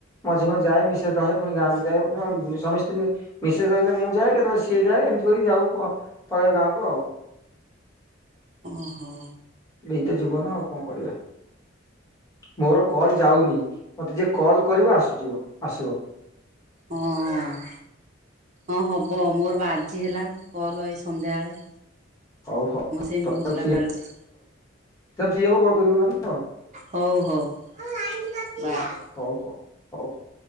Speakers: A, on the left; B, on the right.
A: ମଝି ମଝି ଯାଏ ମିଶ୍ର ରହେ ପୁଣି ଗାଁକୁ ଯାଏ ସମସ୍ତେ, ମିଶେ କହିଲେ ମୁଁ ଯାଏ କେତେବେଳେ ସିଏ ଯାଏ ଏମିତି କରିକି ଯାଉ ପରେ ଗାଁ କୁ ଆଉ।
B: ଓହୋ
A: ଏଇତ ଜୀବନ ଆଉ କଣ କରିବା। ମୋର କଲ୍ ଯାଉନି ମୋତେ ଯିଏ କଲ୍ କରିବ ଆସୁଯିବ ଆସିବ।
B: ହଁ। ହଁ ହେବ ମୋର ବା ଆଜି ହେଲା କଲ୍ ଏଇ ସନ୍ଧ୍ୟାବେଳେ,
A: ହଉ ହଉମେ
B: ମୋର ସେମିତି
A: କରିବଉମେ
B: ଦଉଥିଲା କାଲିଠୁ।
A: ସଏ ହବ କଲ କରିବ ନହଲେ ଆଉ <unintelligible>
B: ହଉ ହଉ। କାଇ <inaudible> <unintelligible>
A: ହଉ ହଉ ହଉ ହଉ।